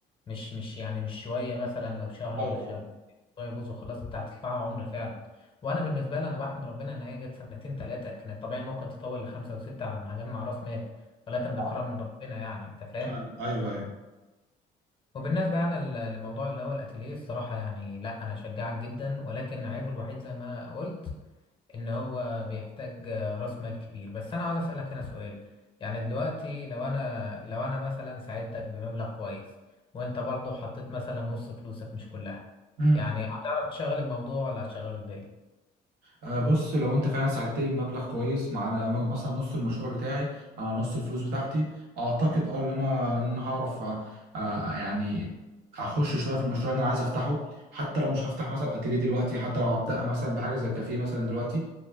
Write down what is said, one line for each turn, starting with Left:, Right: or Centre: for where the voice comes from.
Left: مش مش يعني مش شويه مثلا لو شهر
Right: ايوه
Left: ولا شهر طيب بص وخلاص انت هتدفعها عمر فعلا وانا بالنسبه لي انا بحمد ربنا ان هي جت سنتين ثلاثه كانت طبيعي ممكن تطول لخمسه وسته على ما هجمع راس مال ولكن ده
Right: صح.
Left: كرم من ربنا يعني انت فاهم
Right: ايوه ايوه ايوه
Left: وبالنسبة يعني ل- لموضوع اللي هو الأتيليه الصراحة يعني لا أنا أشجعك جدا ولكن عيبه الوحيد زي ما قلت إن هو بيحتاج آه، رأس مال كبير بس أنا عاوز أسألك هنا سؤال يعني دلوقتي لو أنا لو أنا مثلا ساعدتك بمبلغ كويس وأنت برضو حطيت مثلا نص فلوسك مش كلها
Right: امم
Left: يعني هتعرف تشغل الموضوع ولا هتشغله إزاي؟
Right: آه بص لو انت فعلا ساعدتني بمبلغ كويس مع على مثلا نص المشروع بتاعي آه نص الفلوس بتاعتي اعتقد اه ان انا ان انا هعرف آه آه، يعني اخش شويه في المشروع اللي انا عايز افتحه حتى لو مش هفتح مثلا اتيليه دلوقتي حتى لو هبدأ مثلا بحاجه زي كافيه مثلا دلوقتي